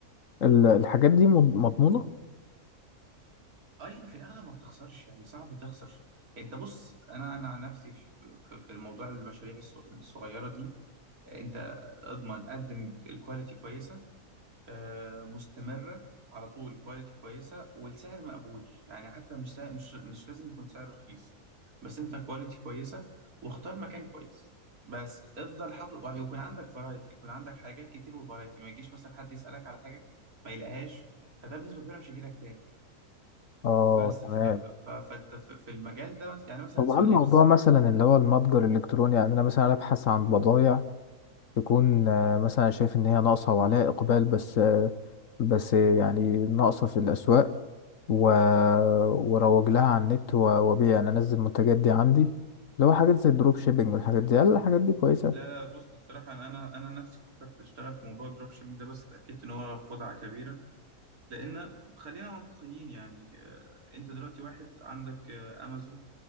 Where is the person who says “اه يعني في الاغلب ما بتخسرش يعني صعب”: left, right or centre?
Right